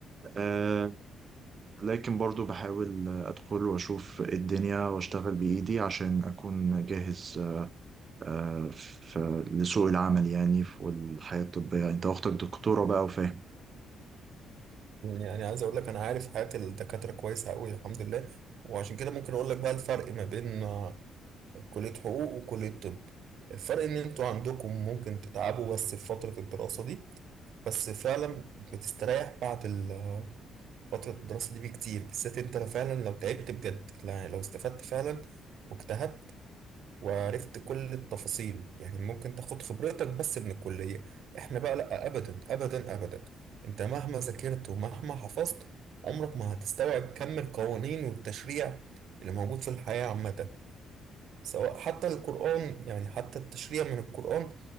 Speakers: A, on the right; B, on the right.
A: آه لكن برضو بحاول ادخل واشوف الدنيا واشتغل بايدي عشان اكون جاهز آه، في لسوق العمل يعني في والحياة الطبية انت اختك دكتورة بقى وفاهم
B: يعني عايز أقول لك أنا عارف حياة الدكاترة كويسة أوي الحمد لله وعشان كده ممكن أقول لك بقى الفرق ما بين آه، كلية حقوق وكلية طب الفرق إن أنتوا عندكم ممكن تتعبوا بس في فترة الدراسة دي بس فعلا بتستريح بعد ال- آه، فترة الدراسة دي بكتير بالذات أنت فعلا لو تعبت بجد يعني لو استفدت فعلا واجتهدت وعرفت كل التفاصيل يعني ممكن تاخد خبرتك بس من الكلية احنا بقى لا ابدا ابدا ابدا انت مهما ذاكرت ومهما حفظت عمرك ما هتستوعب كم القوانين والتشريع اللي موجود في الحياة عامة سواء حتى القرآن يعني حتى التشريع من القرآن